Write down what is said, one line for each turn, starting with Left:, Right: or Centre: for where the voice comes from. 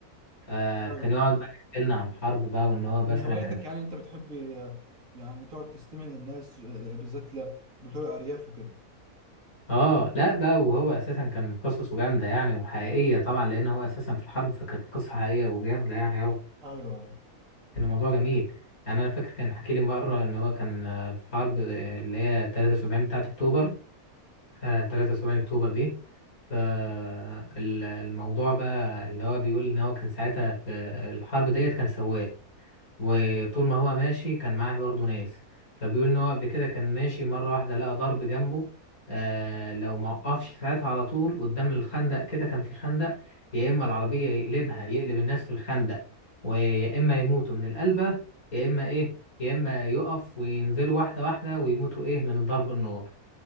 Left: فكان
Right: أيوه
Left: يقعد بقى يحكي لنا عن الحرب بقى وان هو
Right: من
Left: مثلا
Right: هواياتك
Left: كان
Right: يعني أنت بتحب آه، يعني تقعد تستمع للناس آه، بالذات ل- بتوع الأرياف وكده
Left: اه لا ده وهو اساسا كان قصصه جامده يعني وحقيقيه طبعا لان هو اساسا في الحرب فكانت قصه حقيقيه وجامده يعني او
Right: أيوه أيوه
Left: كان الموضوع جميل يعني انا فاكر كان حكي لي مره ان هو كان آه، في حرب آه، اللي هي 73 بتاعه اكتوبر آه 73 اكتوبر دي فالموضوع بقى اللي هو بيقول ان هو كان ساعتها في الحرب ديت كان سواق وطول ما هو ماشي كان معاه برضه ناس فبيقول ان هو قبل كده كان ماشي مره واحده لقى ضرب جنبه آه لو ما وقفش ساعتها على طول قدام الخندق كده كان في خندق يا اما العربيه يقلبها يقلب الناس في الخندق ويا اما يموتوا من القلبه يا اما ايه يا اما يقف وينزلوا واحده واحده ويموتوا ايه من ضرب النار